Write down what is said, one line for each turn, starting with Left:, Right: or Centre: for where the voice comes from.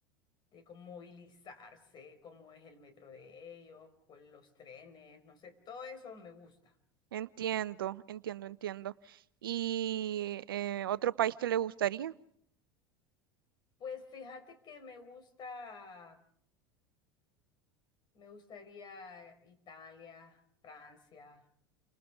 Left: de cómo movilizarse, cómo es el metro de ellos, con los trenes, no sé, todo eso me gusta.
Right: Entiendo, entiendo, entiendo. ¿Y eh, otro país que le gustaría?
Left: Pues fíjate que me gusta, me gustaría Italia, Francia,